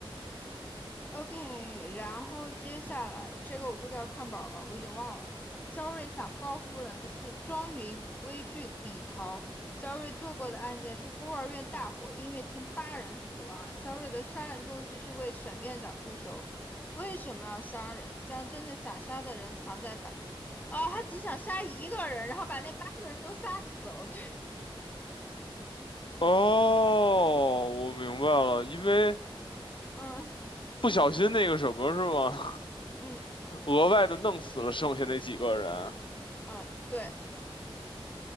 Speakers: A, on the left; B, on the left.
A: OK，然后接下来这个我估计要看本儿了，我已经忘了。肖瑞想报复人的是庄云、魏俊、李桃。肖瑞做过的案件是孤儿院大火，音乐厅八人死亡。肖瑞的杀人动机是为沈院长复仇。为什么要杀人？将真正想杀的人藏在把……哦，他只想杀一个人，然后把那八个人都杀死了。对，
B: 哦，我明白了，因为
A: 嗯
B: 不小心那个什么是吗？
A: 嗯，
B: <laughs> 额外的弄死了剩下那几个人。
A: 嗯，对，